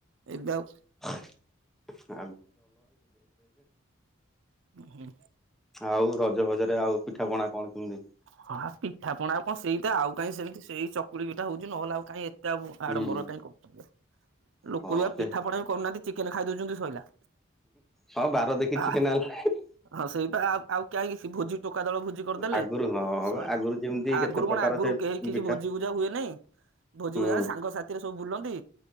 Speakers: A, on the right (about 70°); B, in the centre.
A: ଏବେ ଆଉ
B: <unintelligible>
A: ହୁଁ
B: ଆଉ ରଜ ଭଜରେ ଆଉ ପିଠା ପଣା କଣ କେମିତି?
A: ହଁ ପିଠା ପଣା ଆଉ କଣ ସେଇଟା ଆଉ କାଇହିଁ ସେମିତି ସେଇ ଚକୁଳି ପିଠା ହଉଛି ନହେଲେ ଆଉ କାଇଁ
B: ହୁଁ
A: ଆଡ଼ମ୍ବର ପାଇଁ କରୁଛନ୍ତି। ଲୋକ
B: ହଁ
A: ବି ଆଉ
B: ସେ
A: ପିଠାପଣା ବି କରୁନାହାନ୍ତି ଚିକେନ ଖାଇଦଉଛନ୍ତି ସଇଲା।
B: ହଁ ବାର ଦେଖିକି
A: ଆ
B: ଚିକେନ୍ ଆଣିଲେ
A: ହଁ ସେଇପା ଆଉ ଆଉ କାହିଁକି ସେ ଭୋଜି ଟୋକା ଦଳ ଭୋଜି କରିଦେଲେ
B: ଆଗରୁ ହଁ
A: ସଇଲା,
B: ଆଗରୁ ଯେମିତି
A: ଆଗରୁ
B: କେତେ ପ୍ରକାର
A: କଣ ଆଗରୁ
B: ସେ
A: କେହି କିଛି
B: ପିଠା
A: ଭୋଜି ଭୁଜା ହୁଏନାହିଁ ଭୋଜି
B: ହୁଁ
A: ଭଜାର ସାଙ୍ଗ ସାଥିରେ ସବୁ ବୁଲନ୍ତି